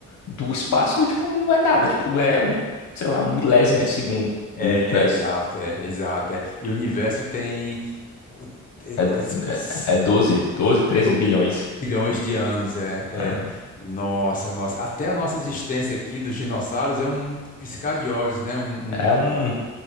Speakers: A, on the left; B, on the left.
A: do espaço, tipo, não é nada, tipo, é, um, sei lá, um milésimo
B: é,
A: de segundo
B: é,
A: do universo.
B: é exato, é, é exato. é. E o universo tem cu- é,
A: É,
B: cu- é, se- se-
A: é é 12 12, 13
B: do-
A: bilhões.
B: bilhões de anos. É,
A: Ah,
B: é. Nossa, nossa. Até a nossa existência aqui dos dinossauros é um piscar de olhos, né? Um,
A: É
B: um-
A: um,